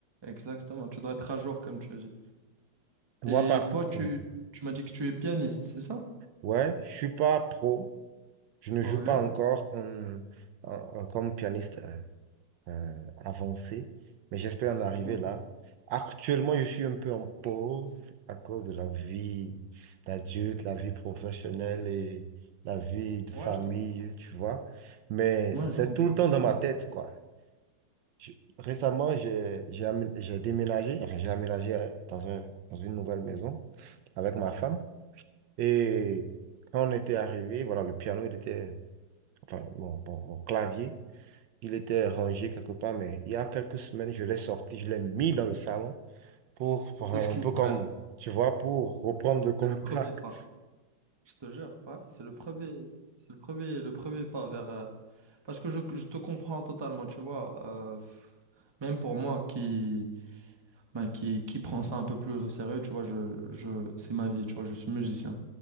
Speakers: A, on the right; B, on the right.
A: Exactement, tu dois être à jour, comme tu as dit.
B: Moi,
A: Et
B: par...
A: toi, tu,
B: ouais.
A: tu m'as dit que tu es pianiste, c'est ça?
B: Ouais, je suis pas pro, je ne
A: Ok.
B: joue pas encore en- en- en- comme pianiste. euh, euh, avancé, mais j'espère en arriver
A: Ok.
B: là. Actuellement, je suis un peu en pause à cause de la vie d'adulte, la vie professionnelle et la vie de famille,
A: Ouais, je te comprends.
B: tu vois. Mais
A: Ouais,
B: c'est
A: je comprends
B: tout le temps
A: totalement.
B: dans ma tête, quoi. Je- récemment, j'ai j'ai amé- j'ai déménagé, enfin, j'ai aménagé dans un, dans une nouvelle maison avec ma femme. Et quand on était arrivé, voilà, le piano, il était, enfin, mon, mon- mon clavier. Il était rangé quelque part, mais il y a quelques semaines, je l'ai sorti, je l'ai mis dans le salon pour, pour
A: C'est
B: un
A: ce qu'il
B: peu
A: faut
B: comme,
A: faire.
B: tu vois, pour reprendre le <laughs> contact.
A: C'est le premier pas. Je te jure, ouais, c'est le premier, c'est le premier, le premier pas vers. euh, Parce que je, je te comprends totalement, tu vois. euh, même pour moi qui, ben, qui, qui prend ça un peu plus au sérieux, tu vois, je, je, c'est ma vie, tu vois, je suis musicien.